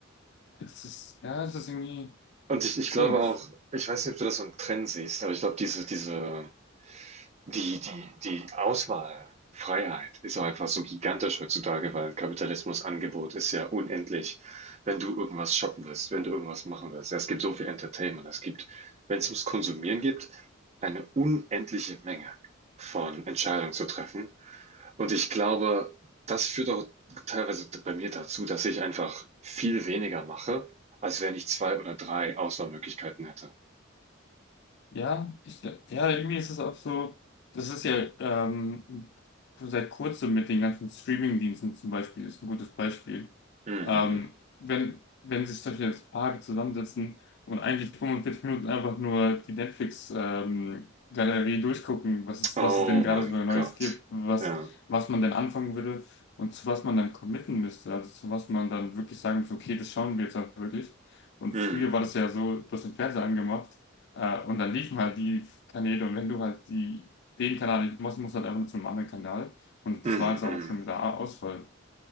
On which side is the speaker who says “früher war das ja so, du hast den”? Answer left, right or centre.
Left